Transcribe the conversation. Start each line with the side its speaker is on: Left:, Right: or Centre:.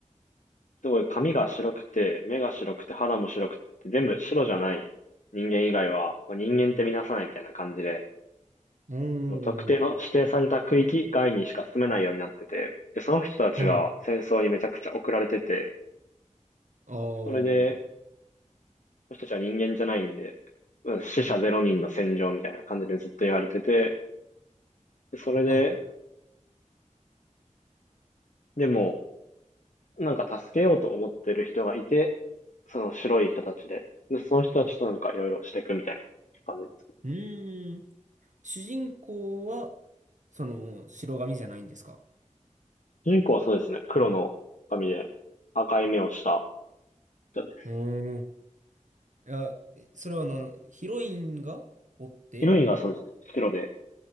Left: すごい髪が白くて、目が白くて、肌も白くて、全部白じゃない人間以外は、まあ、人間って見なさないみたいな感じで、
Right: お
Left: 特定の指定された区域外にしか住めないようになってて、
Right: ー、
Left: で、その人たちが戦争にめちゃくちゃ送られてて、
Right: はい。あ
Left: それで、その人たちは人間じゃないんで、うん死者ゼロ人の戦場みたいな感じでずっと言われてて、でそれで、
Right: あ。
Left: でも、なんか助けようと思ってる人がいて、その白い人たちで、で、その人たちとなんかいろいろしていくみたいな感じです。
Right: うーん。主人公は、その、白髪じゃないんですか
Left: 主人公はそうですね、黒の髪で赤い目をした人で、
Right: うーん。いや、それはな、ヒロインがおって
Left: ヒロインがそうですね、白で、